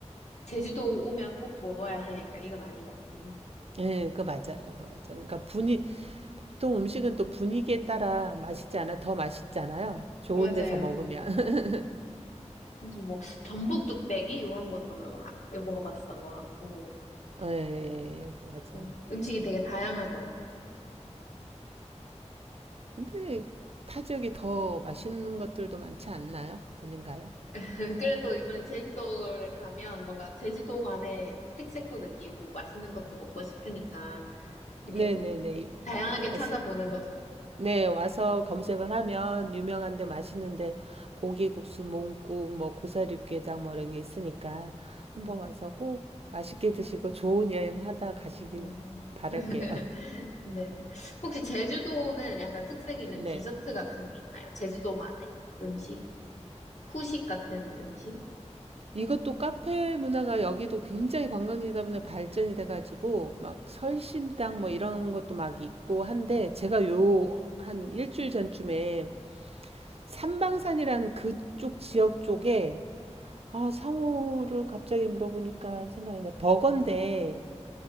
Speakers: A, on the left; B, on the right.
A: 제주도 오면 꼭 먹어야 해. 약간 이건 아닌 것 같긴 해요.
B: 예, 그 맞아요. 그 맞아요. 그러니까 분이 보통 음식은 또 분위기에 따라 맛있지 않아 더 맛있잖아요. 좋은
A: 맞아요.
B: 데서 먹으면. <laughs>
A: 무슨 뭐 전복 뚝배기 이런 것도 하- 먹어봤던 것 같고
B: 예, 그 맞아요.
A: 음, 음식이 되게 다양하더라고요.
B: 근데 타 지역이 더 맛있는 것들도 많지 않나요? 아닌가요?
A: <laughs> 그래도 이번에 제주도를 가면 뭔가 제주도만의 특색도 느끼고 맛있는 것도 먹고 싶으니까
B: 네네네.
A: 이렇게 또 다양하게
B: 왔을,
A: 찾아보는 거죠.
B: 네, 와서 검색을 하면 유명한데 맛있는데 고기국수, 몽국, 뭐 고사리육개장 뭐 이런 게 있으니까 한번
A: 음.
B: 와서 꼭 맛있게 드시고 좋은 여행 하다 가시길
A: 음.
B: 바랄게요.
A: <laughs>
B: <laughs>
A: 네. 혹시 제주도는 약간 특색이 있는
B: 네.
A: 디저트 같은 게 있나요? 제주도만의 음식? 후식 같은 음식?
B: 이것도 카페 문화가 여기도 굉장히 관광지다 보니 발전이 돼가지고 막 설심당 뭐 이런 것도 막 있고 한데 제가 요 한 일주일 전쯤에 삼방산이란 그쪽 지역 쪽에 아 상호를 갑자기 물어보니까 생각이 나 버거인데